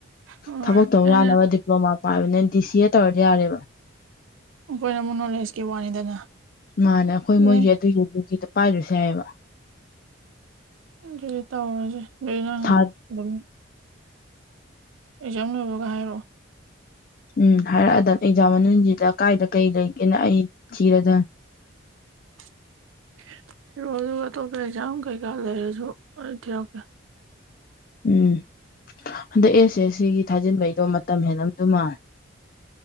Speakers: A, on the right; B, on the left.
A: ꯍꯣꯏ
B: ꯊꯕꯛꯛꯇꯧ
A: ꯑꯦ
B: ꯌꯥꯅꯕ ꯗꯤꯄ꯭ꯂꯣꯃꯥ ꯄꯥꯏꯕꯅꯤ ꯗꯤ ꯁꯤ ꯑꯦ ꯇꯧꯔꯗꯤ ꯌꯥꯔꯦꯕ
A: ꯑꯩꯈꯣꯏꯅ ꯑꯃꯨꯛ ꯅꯣꯂꯦꯖꯀꯤ ꯋꯥꯅꯤꯗꯅ
B: ꯃꯥꯅ ꯑꯩꯈꯣꯏ ꯃꯣꯏꯒꯤ
A: ꯌꯥꯏ
B: ꯑꯗꯨꯒꯤ ꯑꯗꯨꯒꯤꯗ ꯄꯥꯏꯔꯨꯁꯦ ꯍꯥꯏꯌꯦꯕ
A: ꯑꯗꯨ ꯇꯧꯔꯁꯦ ꯑꯗꯨ ꯅꯪ
B: ꯊꯥ
A: ꯑꯗꯨꯝ ꯑꯩꯖꯝ ꯂꯣꯏꯕꯒ ꯍꯥꯏꯔꯛꯑꯣ
B: ꯎꯝ ꯍꯥꯏꯔꯛꯑꯗ ꯑꯦꯛꯖꯥꯝ ꯃꯅꯨꯡꯁꯤꯗ ꯀꯥꯏꯗ ꯀꯩ ꯂꯩꯒꯦꯅ ꯑꯩ ꯊꯤꯔꯗ
A: <unintelligible> ꯑꯗꯨꯒꯇ ꯄꯖꯝ ꯀꯩꯀꯥ ꯂꯩꯔꯁꯣ ꯊ ꯑꯣꯀꯦ
B: ꯎꯝ ꯍꯟꯗꯛ ꯑꯦꯁꯦ ꯁꯤꯒꯤ ꯊꯥꯖꯤꯟꯕꯩꯗꯣ ꯃꯇꯝ ꯍꯦꯜꯂꯝꯗꯨ ꯃꯥꯜ